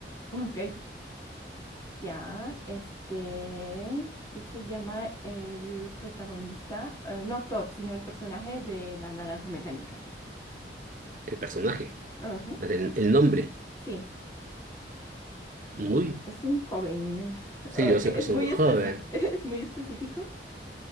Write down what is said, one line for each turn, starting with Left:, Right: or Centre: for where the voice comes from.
Left: Ok. Ya, este, ¿qué se llama el protagonista? Eh, no actor, sino el personaje de La Naranja Mecánica.
Right: El personaje,
Left: Ajá.
Right: el, el nombre.
Left: Sí,
Right: Muy.
Left: es un joven. <laughs>
Right: Sí,
Left: eh,
Right: yo sé
Left: que es
Right: que soy
Left: muy
Right: joven.
Left: específico, <laughs> es muy específico.